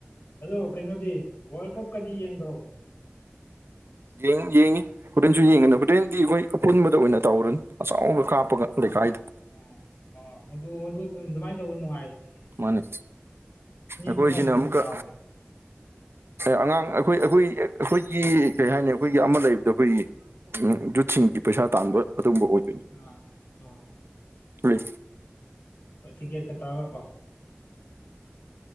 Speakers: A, on the left; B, on the right.
A: ꯑꯗꯣ ꯀꯩꯅꯣꯗꯤ ꯋꯥꯔꯜ ꯀꯞꯀꯗꯤ ꯌꯦꯡꯗꯔꯣ
B: ꯌꯦꯡ ꯌꯦꯡꯉꯤ ꯍꯨꯔꯦꯟꯁꯨ ꯌꯦꯡꯉꯅꯤ ꯍꯨꯗꯦꯟꯗꯤ ꯑꯩꯈꯣꯏ ꯑꯄꯨꯟꯕꯗ ꯑꯣꯏꯅ ꯇꯧꯔꯅꯤ ꯑꯆꯥꯎꯕ ꯀꯥꯞꯄꯒ ꯂꯩꯀꯥꯏꯗ
A: ꯑꯝ ꯑꯥ ꯃꯗꯨ ꯃꯗꯨ ꯑꯗꯨꯝ ꯑꯗꯨꯃꯥꯏꯅ ꯇꯧꯕ ꯅꯨꯡꯉꯥꯏꯕꯅꯦ
B: ꯃꯥꯅꯤ ꯑꯩꯈꯣꯏꯁꯤꯅ
A: ꯐꯨꯅꯕꯁꯨ ꯑꯗꯨꯝ
B: ꯑꯃꯨꯛꯀ
A: ꯌꯥꯎꯕꯅꯦ
B: ꯑꯦ ꯑꯉꯥꯡ ꯑꯩꯈꯣꯏ ꯑꯩꯈꯣꯏ ꯑꯩꯈꯣꯏꯒꯤ ꯀꯩ ꯍꯥꯏꯅꯤ ꯑꯩꯈꯣꯏꯒꯤ ꯑꯃ ꯂꯩꯕꯗꯣ ꯑꯩꯈꯣꯏꯒꯤ ꯎꯝ ꯌꯖꯨꯠꯁꯤꯡꯒꯤ ꯄꯩꯁꯥ ꯇꯥꯟꯕ ꯑꯗꯨꯒꯨꯝꯕ ꯑꯣꯏ
A: ꯑꯥ ꯑꯣ
B: ꯍꯣꯏ
A: ꯑꯥ ꯇꯤꯛꯀꯦꯠꯀ ꯇꯧꯔ ꯀꯣ